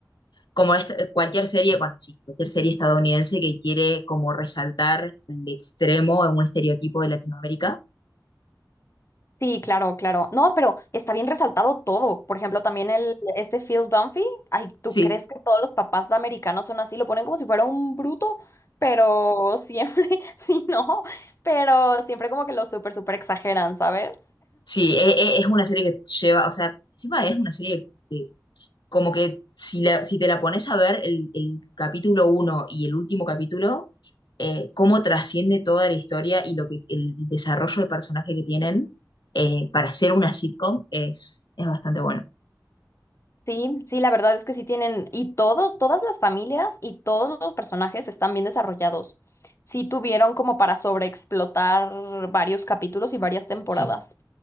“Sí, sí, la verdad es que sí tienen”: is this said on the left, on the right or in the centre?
Left